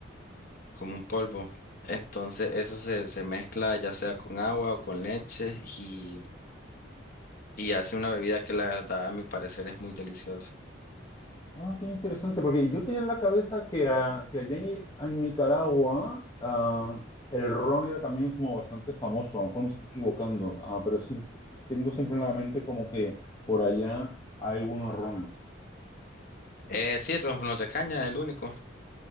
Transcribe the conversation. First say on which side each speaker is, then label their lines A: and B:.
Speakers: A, on the left; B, on the left.
A: como un polvo. Entonces eso se, se mezcla ya sea con agua o con leche y, y hace una bebida que la verdad a mi parecer es muy deliciosa.
B: Ah, qué interesante, porque yo tenía en la cabeza que, ah, que allá en en Nicaragua ah, el ron era también como bastante famoso, a lo mejor me estoy equivocando, ah, pero sí, tengo siempre en la mente como que por allá hay unos rones.
A: Eh, sí, ron de caña es el único.